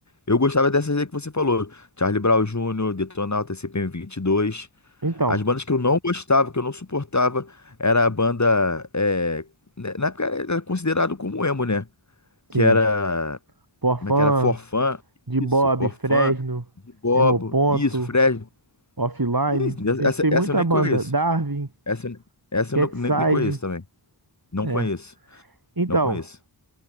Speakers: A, on the left; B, on the right.
A: Eu gostava dessas aí que você falou, Charlie Brown Jr., Detonautas, CPM dois
B: Então,
A: As bandas que eu não gostava, que eu não suportava, era a banda. é, né, na época era considerado como emo, né? Que
B: sim.
A: era.
B: Porfã,
A: Como é que era? Forfã.
B: De
A: Isso,
B: Bob,
A: Forfã,
B: Fresno,
A: de Bobo,
B: Emoponto,
A: isso, Fred.
B: Offline,
A: Isso,
B: tem,
A: essa,
B: tem muita
A: essa eu nem
B: banda.
A: conheço.
B: Darwin,
A: Essa, eu- essa
B: Catside,
A: eu não- nem, nem conheço também. Não
B: é.
A: conheço.
B: Então,
A: Não conheço.